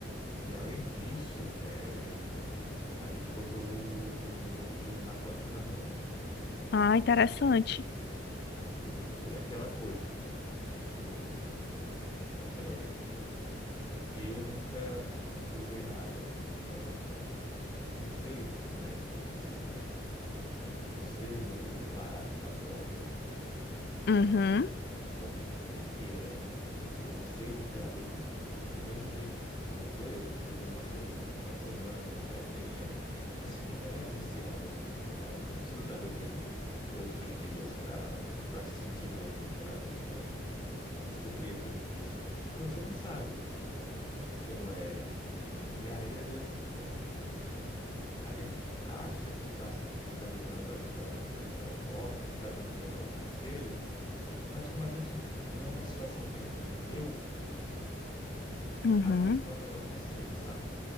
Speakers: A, on the left (about 25°); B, on the left (about 60°).
A: E além disso, é, a gente procurou o gru- um grupo de narcóticos anônimos,
B: Ah, interessante.
A: porque é aquela coisa, tipo, é, eu nunca, nunca usei nada, então Eu não sei como é a experiência dele. Eu não sei o, o barato da droga,
B: Uhum,
A: co- o, o que é. Eu não sei o que é a dependência. Do mesmo jeito que, tipo, beleza, você toma uma cerveja no final de semana, toma uma caipirinha, <laughs> mas você não é viciada no- em álcool. Você não precisa estar bebendo todos os dias para para se sentir bem, para para suprir aquele vício. Então você não sabe como é. E aí, às vezes. A gente acha que está que tá lidando da melhor, da melhor forma, que está dando o melhor conselho, mas como a gente não é uma situação que a gente viveu,
B: uhum,
A: às vezes não é o melhor conselho, sabe?